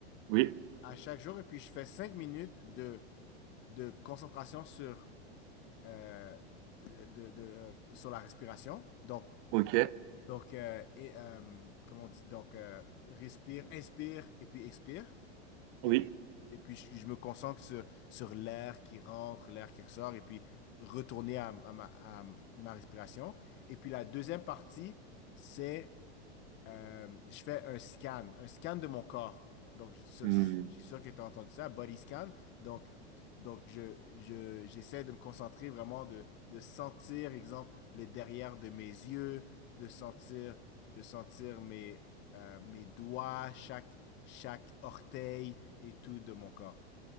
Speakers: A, on the right (about 50°); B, on the left (about 35°).
A: oui.
B: à chaque jour et puis je fais cinq minutes de, de concentration sur, euh, de, de, euh, sur la respiration. Donc,
A: Ok,
B: donc euh, et, euh, comment on dit? Donc, euh, respire, inspire et puis expire.
A: oui.
B: Et puis, et puis je, je me concentre sur, sur l'air qui rentre, l'air qui ressort et puis retourner à, à ma, à ma respiration. Et puis la deuxième partie, c'est euh, je fais un scan, un scan de mon corps. Donc, je,
A: Hmm.
B: je- je suis sûr que tu as entendu ça, body scan. Donc, donc je, je, j'essaie de me concentrer vraiment, de, de sentir, exemple, le derrière de mes yeux, de sentir, de sentir mes, euh, mes doigts, chaque, chaque orteil et tout de mon corps.